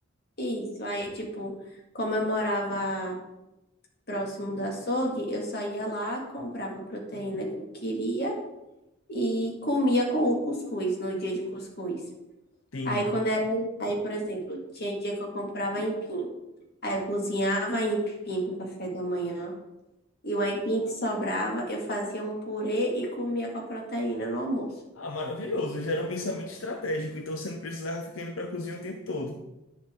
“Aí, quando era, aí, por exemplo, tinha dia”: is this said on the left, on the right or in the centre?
Left